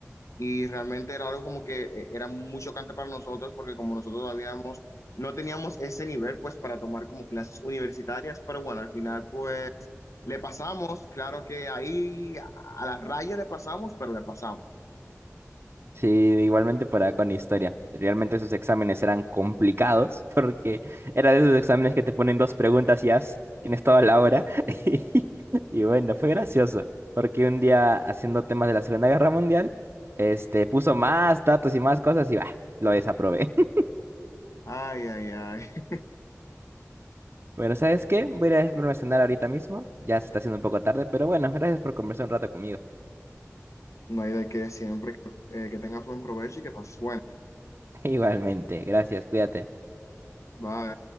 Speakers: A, on the left; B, on the right.
A: Y realmente era algo como que eh, era muy chocante para nosotros, porque como nosotros habíamos, no teníamos ese nivel, pues, para tomar como clases universitarias, pero bueno, al final, pues, le pasamos, claro que ahí a a la raya le pasamos, pero le pasamos.
B: Sí, igualmente para con historia. Realmente esos exámenes eran complicados <laughs> porque era de esos exámenes que te ponen dos preguntas y ya tienes toda la hora. <laughs> Y y bueno, fue gracioso porque un día haciendo temas de la Segunda Guerra Mundial, este, puso más datos y más cosas y bah, lo desaprobé. <laughs>
A: Ay, ay, ay. <laughs>
B: Bueno, ¿sabes qué? Voy a ir a irme a cenar ahorita mismo. Ya se está haciendo un poco tarde, pero bueno, gracias por conversar un rato conmigo.
A: No hay de qué siempre. que eh, que tengas buen provecho y que pases bueno.
B: <laughs> Igualmente, gracias, cuídate.
A: Bye.